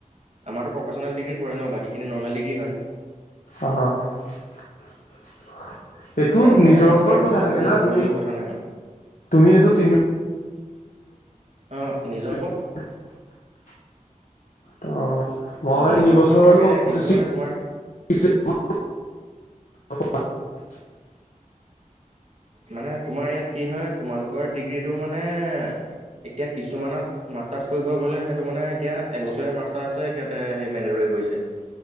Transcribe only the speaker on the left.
অ'। এইটো
নিজৰ
ওপৰত
কথা থাকে
না তুমি,
তুমি এইটো তিনিও
<inaudible> তো' মই
তিনিবছৰ
<unintelligible>
<unintelligible>